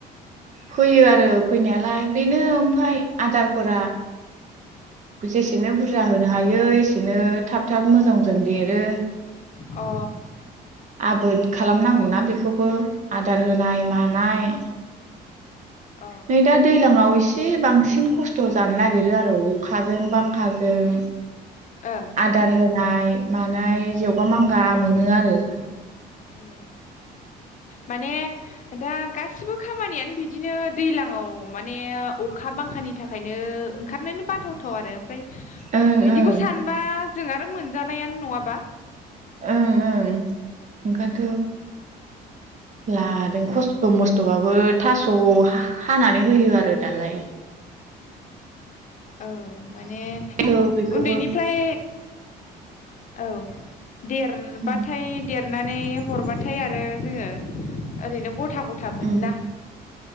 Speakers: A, on the right; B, on the left.
A: फैयो आरो फैनायालाय बेनो ओमफ्राय आदारफोरा जेसेनो बुरजा होनो हायो एसेनो थाब थाब मोजां मोजां देरो
B: अ
A: आबोद खालामनांगौ ना बेखौबो आदार होनाय मानाय
B: अ
A: नै दा दैलाङाव एसे बांसिन खस्थ जानो नागिरो आरो अखाजों बांखाजों
B: अ
A: आदार होनाय मानाय जेवगा मांगा मोनो आरो
B: ए माने दा गासिबो खामानियानो बिदिनो दैलाङाव माने अखा बांखानि थाखायनो ओंखारनानो बाथावथाव आरो ओमफ्राय
A: ओं
B: बिदिखौ
A: ओं
B: सानबा जोंहा आरो मोनजानायानो नङाबा।
A: उम उम ओंखायथ लादों खस्थ मस्थ बाबो थास हानानै होयो आरो दालाय
B: औ माने
A: औ बेखौबो
B: उन्दैनिफ्राय औ देरबाथाय
A: उम
B: देर नानै हरबाथाय आरो जोङो ओरैनो गथा गथा मोनोना
A: उम